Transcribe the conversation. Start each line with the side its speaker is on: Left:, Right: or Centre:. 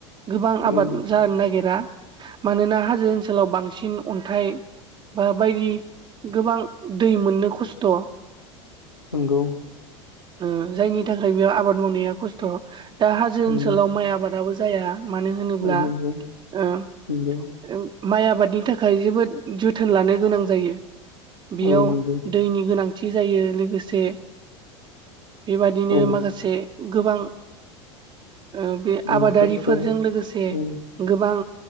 Right: गोबां
Left: औ
Right: आबाद जानो नागिरा मानोना हाजो ओनसोलाव बांसिन अनथाइ बा बायदि गोबां दै मोननो खसथ'
Left: नोंगौ
Right: ओ जायनि थाखाय बेयाव आबाद मावनाया खसथ' दा हाजो
Left: नंगौ
Right: ओनसोलाव माइ आबादाबो ज जाया मानो होनोब्ला
Left: नंगौ
Right: ओ
Left: नंगौ
Right: माइ आबादनि थाखाय जोबोद जोथोन लानो गोनां जायो बियाव
Left: औ नंगौ
Right: दैनि गोनांथि जायो लोगोसे बेबादिनो
Left: औ
Right: माखासे गोबां ओ बे
Left: औ
Right: आबादारि
Left: खस्थ'
Right: फोरजों लोगोसे
Left: औ
Right: गोबां